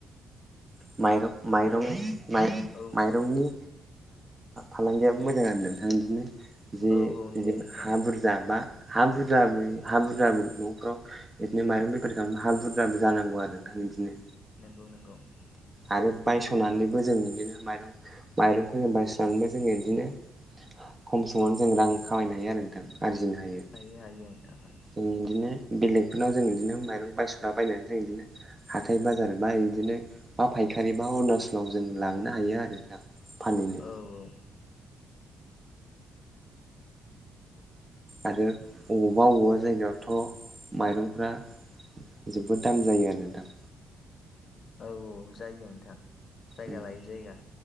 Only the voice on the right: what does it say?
रं माइरं माइरंनि
माइरंनि फालांगियाबो मोजां आरो नोंथां बिदिनो जे
हा बुरजा बज जाबा हा बुरजा हा बुरजाबो न'फ्राव बिदिनो माइरं बेफारि खालामा हा बुरजाबो जानांगौ आरो दं बिदिनो
आरो बायस'नानैबो जों बिदिनो माइरं माइरंखौ जों बायस'नानैबो जोङो बिदिनो खम समावनो जों रां खामायनो हायो आरो नोंथां आरजिनो हायो।
उम इदिनो बेलेगफोरनाव जों इदिनो माइरं बायसला ओ बायनाय जों इदिनो हाथाय बाजार बा इदिनो बा फायखारि बा अरुणाचलाव जों लांनो हायो आरो नोंथां। फाननो
आरो अबावबा अबावबा जायगायावथ' माइरंफ्रा जोबोद दाम जायो आरो नोंथां।
उम